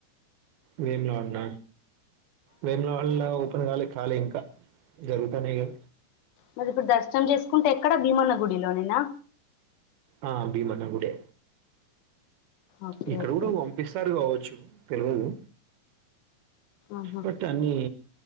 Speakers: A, on the right; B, on the left.
A: వేములడ్లోన వేములవాడలో ఓపెన్ కాలే కాలే ఇంకా జరుగుతన్నాయ్ గ
B: మరి ఇప్పుడు దర్శనం చేసుకుంటే ఎక్కడ భీమన గుడిలోనేనా
A: ఆ భీమనా గుడే
B: ఓకే
A: ఇక్కడ
B: ఓకే
A: కూడా పంపిస్తారు కావచ్చు తెల్వదు
B: ఆహా
A: బట్ అన్ని